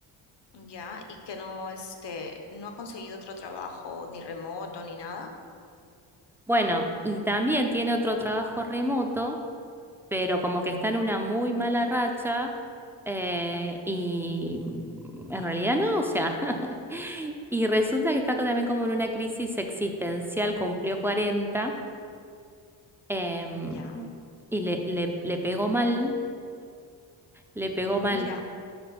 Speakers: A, on the left; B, in the centre.
A: Ya, y que no, este, no ha conseguido otro trabajo, ni remoto, ni nada.
B: Bueno, y también tiene otro trabajo remoto pero como que está en una muy mala racha eh, y mm, en realidad no, o sea, <laughs> y resulta que está co- también como
A: Ujú,
B: en una crisis existencial, cumplió cuarenta em,
A: Ya.
B: y le, le, le pegó mal, le pegó mal.
A: Mira.